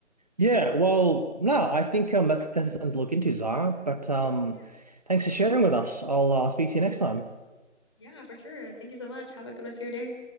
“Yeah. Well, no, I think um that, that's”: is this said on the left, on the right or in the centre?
Right